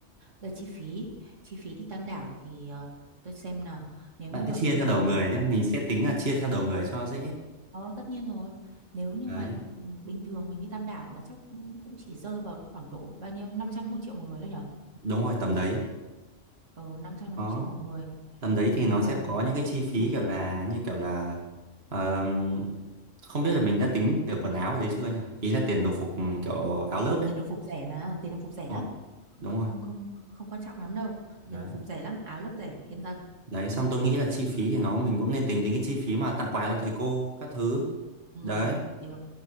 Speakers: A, on the right (about 70°); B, on the right (about 50°).
A: về chi phí chi phí đi Tam Đảo thì ờ, tôi xem nào nếu
B: bạn
A: như mà
B: cứ chia
A: bình
B: theo
A: thường
B: đầu người
A: mà
B: nhé mình sẽ tính là chia theo đầu người cho dễ
A: ờ, tất nhiên rồi nếu như
B: đấy
A: mà ừ, bình thường mình đi Tam Đảo là chắc cũng cũng chỉ rơi vào khoảng độ bao nhiêu 500 một triệu một người thôi nhở
B: đúng rồi tầm đấy
A: ờ năm trăm đến
B: đó
A: một triệu một người
B: tầm đấy
A: thì
B: thì nó
A: bây giờ
B: sẽ
A: mình
B: có những cái chi phí
A: mình
B: kiểu
A: cứ
B: là
A: tính
B: như kiểu là ờm, không biết là mình đã tính tiền quần áo ở đấy chưa nhỉ ý là tiền đồng phục ừ, kiểu áo lớp ấy
A: tiền đồng phục rẻ mà tiền đồng phục rẻ
B: Ờ,
A: lắm không
B: đúng
A: không
B: rồi
A: không không quan trọng lắm đâu
B: đấy
A: tiền đồng phục rẻ lắm áo lớp rẻ yên tâm
B: đấy xong tôi nghĩ là chi phí thì nó mình cũng nên tính đến cái chi phí mà tặng quà cho thầy cô các thứ
A: Ừ,
B: đấy
A: được.